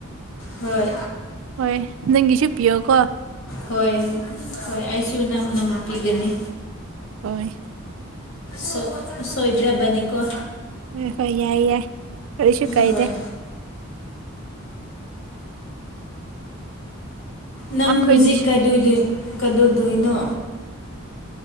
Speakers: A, on the left; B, on the right.
A: ꯍꯣꯏ
B: ꯍꯣꯏ ꯅꯪꯒꯤꯁꯨ ꯄꯤꯌꯣꯀꯣ
A: ꯍꯣꯏ ꯍꯣꯏ ꯍꯣꯏ ꯑꯩꯁꯨ ꯅꯪ
B: ꯍꯣꯏ
A: ꯅꯃꯛ ꯄꯤꯒꯅꯤ
B: ꯍꯣꯏ
A: ꯁꯣ ꯁꯣꯏꯗ꯭ꯔꯕꯅꯤꯀꯣ
B: ꯍꯣꯏ ꯍꯣꯏ ꯌꯥꯏ ꯌꯥꯏ ꯀꯔꯤꯁꯨꯨ ꯀꯥꯏꯗꯦ
A: ꯍꯣꯏ ꯅꯪ
B: ꯑꯩꯈꯣꯏꯅꯤ
A: ꯍꯧꯖꯤꯛ ꯀꯗꯨꯏꯗꯣ ꯀꯗꯨꯏꯗꯣꯏꯅꯣ